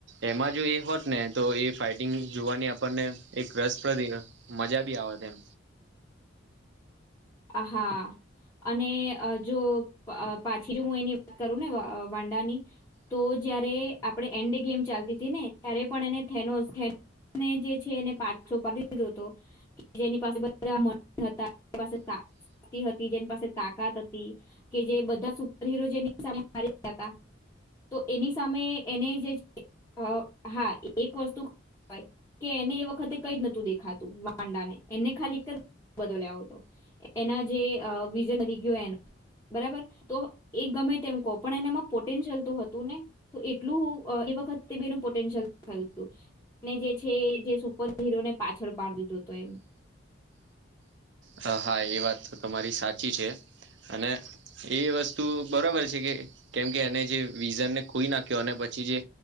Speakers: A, on the right; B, on the left.
A: એમાં જોએ હોત નેતો એ ફાઈટિંગ જોવાની આપણને એક રસપ્રદ, મજા ભી આવેત એમ.
B: આહા. અને જો પાછી હું એની વાત કરું ને વાંઢાની તો જયારે આપણે એન્ડે ગેમ ચાલતી હતી ને ત્યારે પણ એને થાનોસ થાનો, જે છે, એને પાછોપાડી દીધો હતો જેની પાસે બધા મઠ હતા, જેની પાસે હતી જેની પાસે તાકાત હતી. કેજે બધા સુપર હિરો જેની સામે મારીયા હતા. તો એની સામે એને જે છે, હા એક વસ્તુ. કે એને એ વખતે કઈ જ નતું દેખાતું માંડા ને એને ખાલી એક બદલ્યો હતો. એના જે વિઝન થઈ ગયો એના, બરાબર તોએ ગમે તેમ કહો પણ એનામાં પોટેન્શિયલ તો હતું ને. તો એટલું એ વખતે બેનું પોટેન્શિયલ થયું હતું. તમે જે છે, એજે સુપર હીરોને પાછળ પાડી દીધો હતો એમ.
A: હ હા એ વાત તમારી સાચી છે. અને એ વસ્તુ બરોબર છે કે કેમકે એને જે વિઝનને ખોઈ નાખ્યો અને પછી, ચીજે